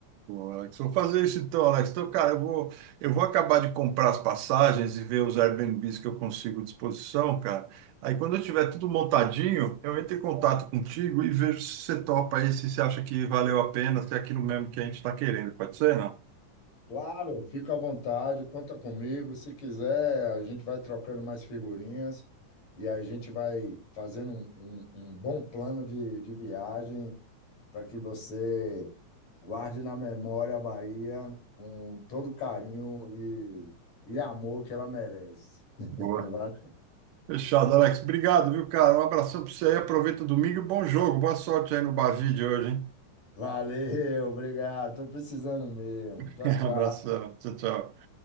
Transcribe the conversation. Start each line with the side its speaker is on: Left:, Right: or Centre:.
Right: Pô, Alex, vou fazer isso então, Alex. Então, cara, eu vou, eu vou acabar de comprar as passagens e ver os Airbnbs que eu consigo à disposição, cara. Aí, quando eu tiver tudo montadinho, eu entro em contato contigo e vejo se você topa aí, se você acha que valeu a pena, se é aquilo mesmo que a gente está querendo. Pode ser, não?
Left: Claro, fica à vontade, conta comigo. Se quiser, a gente vai trocando mais figurinhas e a gente vai fazendo um, um- um bom plano de, de viagem para que você guarde na memória a Bahia com todo o carinho e, e amor que ela merece. <laughs>
Right: Boa.
Left: Va-
Right: Fechado, Alex. Obrigado, viu, cara? Um abração para você aí. Aproveita o domingo e bom jogo. Boa sorte aí no Bavide hoje, hein?
Left: Valeu, obrigado. Estou precisando mesmo.
Right: <laughs>
Left: Tchau, tchau.
Right: Abração. Tchau, tchau.